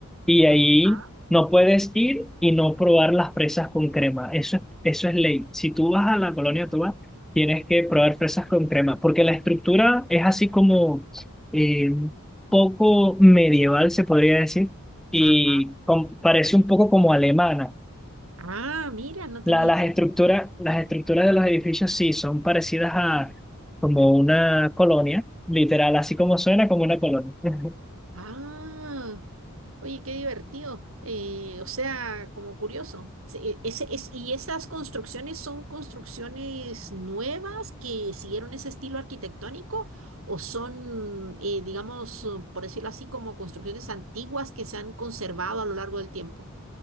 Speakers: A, in the centre; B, on the right.
A: y ahí
B: Ah,
A: no puedes ir y no probar las fresas con crema. Eso es, eso es ley. Si tú vas a la Colonia Tovar, tienes que probar fresas con crema, porque la estructura es así como eh, poco medieval, se podría decir, y
B: ah,
A: com- parece un poco como alemana.
B: ah, mira, no tenía.
A: La- las estructuras, las estructuras de los edificios sí son parecidas a como una colonia, literal, así como suena como una colonia. <laughs>
B: Ah, oye, qué divertido. Eh, o sea, como curioso. Sí, e, Ese, es, ¿y esas construcciones son construcciones nuevas que siguieron ese estilo arquitectónico o son, eh, digamos, uh, por decirlo así, como construcciones antiguas que se han conservado a lo largo del tiempo?